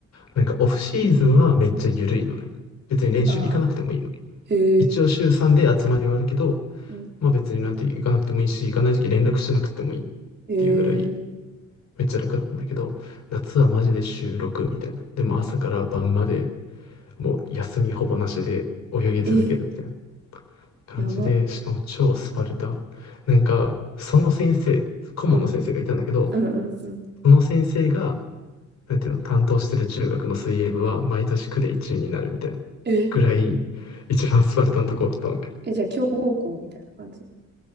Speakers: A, on the left (about 60°); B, on the right (about 35°).
A: なんかオフシーズンはめっちゃ緩いのね。別に練習行かなくてもいいの。
B: ああ、えー、
A: 一応週3で集まりはあるけど、
B: うん
A: まあ別になんて行かなくてもいいし、行かない時連絡しなくてもいいっ
B: え
A: ていうぐらい
B: ー、
A: めっちゃ楽だったんだけど、夏はマジで週6みたいな。でも朝から晩までもう休みほぼなしで泳ぎ続けるみたいな。
B: え、
A: 感じで、
B: やば。
A: しかも超スパルタ。なんか、その先生、顧問の先生がいたんだけど、
B: うん、うん、うん、うん。
A: その先生が、なんていうの、担当してる中学の水泳部は毎年区で1位になるみたいな
B: え、
A: ぐらい、一番スパルタのとこだったのね。
B: え、じゃあ、強豪校みたいな感じ。